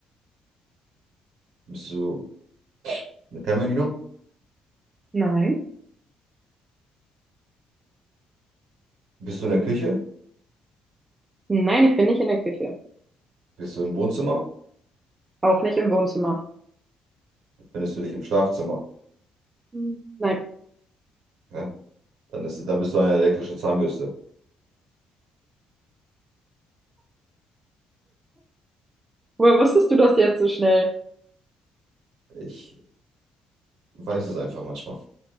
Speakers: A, on the right; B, on the right.
A: Bist du eine Fernbedienung?
B: Nein.
A: Bist du in der Küche?
B: Nein, ich bin nicht in der Küche.
A: Bist du im Wohnzimmer?
B: Auch nicht im Wohnzimmer.
A: Findest du dich im Schlafzimmer?
B: Hm, Nein.
A: Ja? Dann ist dann bist du eine elektrische Zahnbürste.
B: Woher wusstest du das jetzt so schnell?
A: Ich weiß es einfach manchmal.